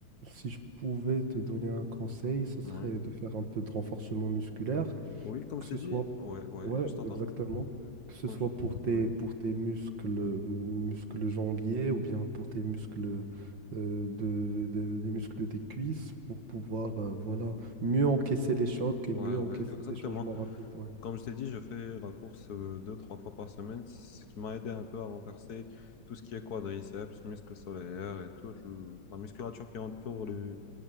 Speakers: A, on the right; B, on the left.
A: si je pouvais te donner un conseil, ce serait
B: Ouais.
A: de faire un peu de renforcement musculaire
B: Oui, comme
A: que
B: je t'ai
A: ce
B: dit,
A: soit,
B: ouais, ouais,
A: ouais,
B: je t'entends.
A: exactement, que ce
B: Comme
A: soit
B: je-
A: pour tes,
B: Oui,
A: pour tes muscles, muscles jambiers ou bien pour tes muscles, euh, de, de- des muscles des cuisses pour pouvoir, euh, voilà, mieux encaisser les chocs et
B: ouais,
A: mieux
B: ouais,
A: encaisser
B: exactement.
A: ces changements rapides. ouais.
B: Comme je t'ai dit, je fais la course euh, deux, trois fois par semaine, ce qui m'a aidé un peu à renverser tout ce qui est quadriceps, muscles solaires et toute l- la musculature qui entoure le-